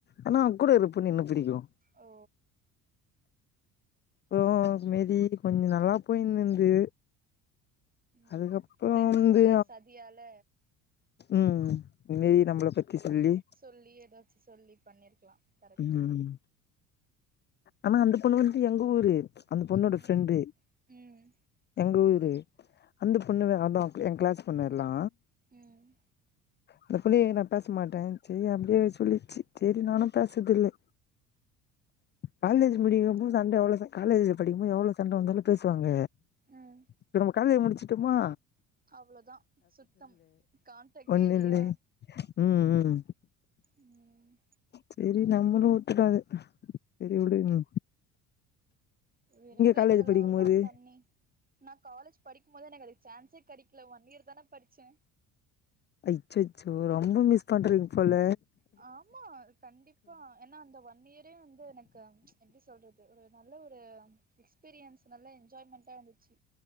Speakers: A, on the left (about 25°); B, on the right (about 20°).
A: ஆனா அவ கூட இருக்குற பொண்ண என்ன புடிக்கு
B: ஓ
A: றோ மேரி கொஞ்சோ நல்லா போய்னுந்துது
B: ம்
A: அதுக்கப்புற
B: ஃப்ரெண்ட்ஸோட
A: வந்து
B: சதியால
A: ம் மேரி நம்மள பத்தி சொல்லி
B: சொல்லி ஏதாச்சு சொல்லி பண்ணிருக்கலா கரெக்ட்
A: ம் ஆனா அந்த பொண்ணு வந்துடு எங்க ஊரு அந்த பொண்ணோட
B: ம்
A: ஃப்ரெண்டு
B: ம்
A: எங்க ஊரு அந்த பொண்ணு வெ அதா என் கிளாஸ் பொண்ணு எல்லா
B: ம்
A: இந்த புள்ளயே நா பேச மாட்டேன்சி அப்டியே சொல்லிச்சி சேரி நானு பேசர்தில்ல காலேஜி
B: ம்
A: படிக்குபோ சண்ட எவ்ளோ ச காலேஜில படிக்கும்போது எவ்ளோ சண்ட வந்தாலு பேசுவாங்க
B: ம்
A: இப்ப நம்ம காலேஜி முடிச்சிட்டோமா
B: அவ்ளோதா சுத்தம் காண்டக்டே
A: ஒண்ணு
B: இல்லையா
A: இல்ல ம் ம்
B: ம்
A: சேரி நம்மளு உட்டுட்டோ அது சேரி உடுங்கோ
B: இதுல எங்க
A: காலேஜ்
B: இந்த
A: படிக்கும்
B: லவ்லா
A: போது
B: பண்ணி நா காலேஜ் படிக்கும் போத நா காலேஜ் படிக்கும் போதே எனக்கு அதுக் சான்ஸே கெடைக்கல ஒன் இயர் தானே படிச்சே
A: அச்சச்சோ ரொம்ப மிஸ் பண்றீங்க போல
B: ஆமா கண்டிப்பா ஏன்னா அந்த ஒன் இயரே வந்து எனக்கு எப்டி சொல்றது ஒரு நல்ல ஒரு எக்ஸ்பீரியன்ஸ் நல்ல என்ஜாய்மெண்ட்டா இருந்துச்சு